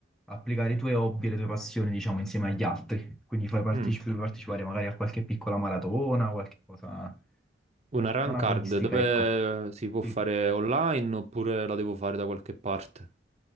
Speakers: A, in the centre; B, on the right.
A: applicare i tuoi hobby e le tue passioni, diciamo, insieme agli altri, quindi fai partecipi-
B: Mm.
A: partecipare magari a qualche piccola maratona, qualche cosa
B: Una run
A: non
B: card
A: agonistica,
B: dove
A: ecco.
B: si può
A: Sì.
B: fare online oppure la devo fare da qualche parte?